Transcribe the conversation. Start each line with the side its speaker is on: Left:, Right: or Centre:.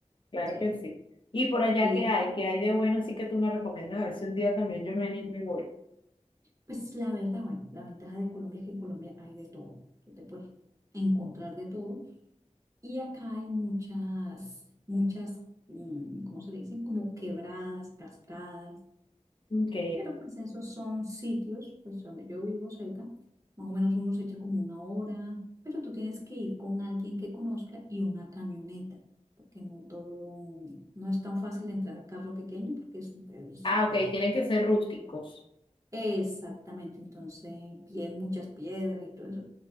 Left: Claro
Right: Sí,
Left: que sí. Y por allá,
Right: la idea
Left: ¿qué hay?
Right: es, por-
Left: ¿Qué hay de bueno? Así que tú me recomiendas a ver si un día también yo me animo y voy.
Right: pues la verdad, bueno, la ventaja de Colombia es que en Colombia hay de todo, tú te puedes encontrar de todo. Y acá hay muchas, muchas, mm, ¿cómo se le dicen? Como quebradas, cascadas.
Left: Ok.
Right: Pero pues esos son sitios, pues donde yo vivo cerca, más o menos uno se echa como una hora, pero tú tienes que ir con alguien que conozca y una camioneta, porque no todo, no es tan fácil entrar a carro pequeño, porque es, es-
Left: Ah,
Right: o sea,
Left: ok,
Right: es-
Left: tienen que ser rústicos.
Right: exactamente, entonces pies, muchas piedras y todo eso.